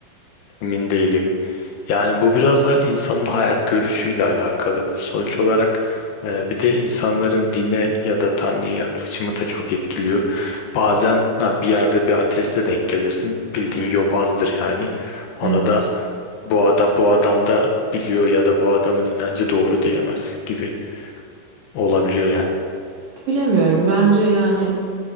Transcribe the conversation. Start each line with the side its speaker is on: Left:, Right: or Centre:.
Left: Emin değilim. Yani bu biraz da insanın hayat görüşüyle alakalı. Sonuç olarak e, bir de insanların dine ya da Tanrı'ya yaklaşımı da çok etkiliyor. Bazen ha, bir yerde bir ateiste denk gelirsin. Bildiğin yobazdır yani. Ona
Right: Evet.
Left: da bu adam, bu adam da biliyor ya da bu adamın inancı doğru diyemez gibi olabiliyor yani.
Right: Bilemiyorum. Bence yani